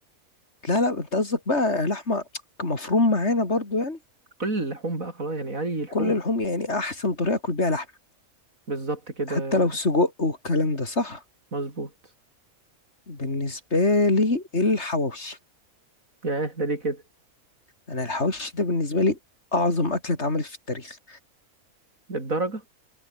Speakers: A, on the left (about 50°); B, on the right (about 75°).
A: لا لا انت قصدك بقى لحمه مفروم معانا برضو يعني
B: كل اللحوم بقى خلاص يعني اي لحوم
A: كل اللحوم يعني احسن طريقه اكل بيها لحمه
B: بالظبط كده
A: حتى لو سجق والكلام ده صح
B: مظبوط
A: بالنسبة لي الحواوشي
B: ياه ده ليه كده
A: أنا الحواوشي ده بالنسبة لي أعظم أكلة اتعملت في التاريخ
B: للدرجة